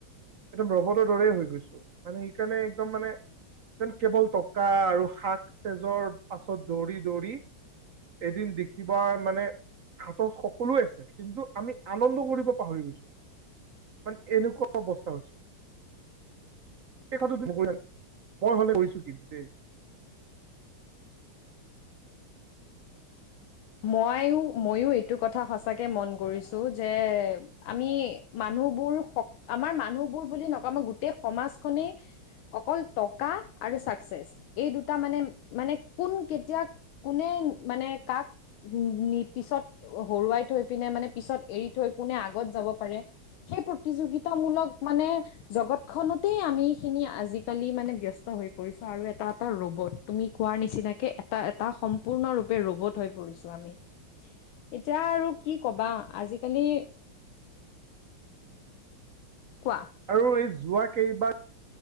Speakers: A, on the right (about 70°); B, on the left (about 75°).
A: একদম ৰবটৰ দৰে হৈ গৈছো মানে সেইকাৰণে একদম মানে এন কেৱল টক টকা আৰু শাক চেজৰ পাছত দৌৰি দৌৰি। এদিন দেখিবা মানে, হাতত সকলোৱে আছে কিন্তু আমি আনন্দ কৰিব পাহৰি গৈছোঁ মানে এনকা অ বস্ত হৈছে এই কথাতো ন, মই হ'লে কৰিছো কিন্তু দেই।
B: ময়ো ময়ো এইটো কথা সঁচাকে মন কৰিছোঁ যে আমি মানুহবোৰ সক, আমাৰ মানুহবোৰ বুলি নকওঁ, গোটেই সমাজখনে অকল টকা আৰু ছাকচেছ, এই দুটা মানে মানে কোন কেতিয়া কোনো মানে কাক, নি পিছত হৰুৱাই থৈ পিনে মানে পিছত এৰি থৈ কোনে আগত যাব পাৰে। সেই প্ৰতিযোগিতামূলক মানে জগতখনতেই আমি খিনি আজিকালি মানে ব্যস্ত হৈ পৰিছোঁ আৰু এটা এটা ৰবট তুমি কোৱাৰ নিচিনাকে এটা এটা সম্পূৰ্ণৰূপে ৰবট হৈ পৰিছো আমি এতিয়া আৰু কি কবা আজিকালি, কোৱা
A: আৰু এই যোৱা কেইবা